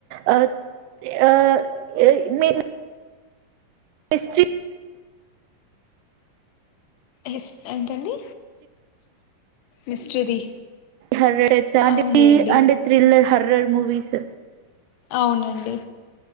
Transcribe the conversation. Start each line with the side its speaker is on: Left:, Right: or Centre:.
Right: ఆ ఆ మీ ఎస్టీ
Left: ఎస్ ఏంటండి మిస్టరీ
Right: హర్రర్
Left: అవునులేండి
Right: మూవీస్
Left: అవునండి